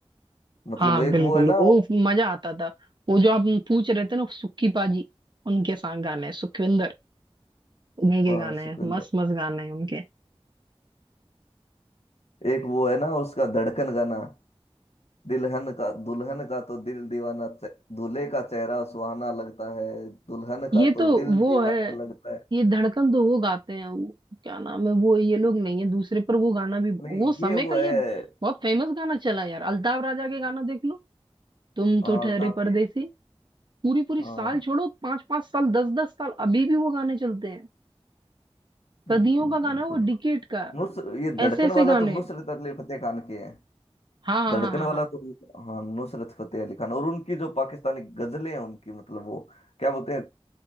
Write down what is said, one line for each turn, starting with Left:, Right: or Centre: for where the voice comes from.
Left: मतलब
Right: हाँ
Left: एक
Right: बिल्कुल
Left: वो है ना
Right: वो मजा आता था वो जो आप पूछ रहे थे ना सुक्की पाजी उनके साथ गाने हैं सुखविंदर उन्हीं के
Left: हाँ
Right: गाने
Left: सुखविंदर
Right: हैं मस्त मस्त गाने हैं उनके
Left: एक वो है ना उसका धड़कन गाना दुल्हन का दुल्हन का तो दिल दीवाना चे- दूल्हे का चेहरा सुहाना लगता है दुल्हन
Right: ये
Left: का
Right: तो
Left: तो दिल
Right: वो
Left: दीवाना
Right: है
Left: लगता है
Right: ये धड़कन तो वो गाते हैं वो क्या नाम है वो ये लोग नहीं है दूसरे पर वो गाना भी
Left: नहीं
Right: वो समय
Left: ये वो
Right: का
Left: है
Right: ये बहुत फेमस गाना चला है यार अल्ताव राजा के गाना देख लो तुम तो
Left: हाँ
Right: ठहरे
Left: अल्ताफ
Right: परदेसी
Left: के
Right: पूरी पूरी
Left: हाँ
Right: साल छोड़ो पांच पांच साल दस दस साल अभी भी वो गाने चलते हैं
Left: बिल्कुल
Right: सदियों का गाना
Left: बिल्कुल
Right: है वो
Left: बिल्कुल
Right: डिकेट का है।
Left: नुस ये धड़कन
Right: ऐसे ऐसे
Left: वाला
Right: गाने
Left: तो नुसरत अली फतेह खान के हैं
Right: हाँ हाँ
Left: धड़कन
Right: हाँ हाँ
Left: वाला
Right: हाँ
Left: तो हाँ नुसरत फतेह अली खान और उनकी जो पाकिस्तानी गजलें हैं उनकी मतलब वो क्या बोलते हैं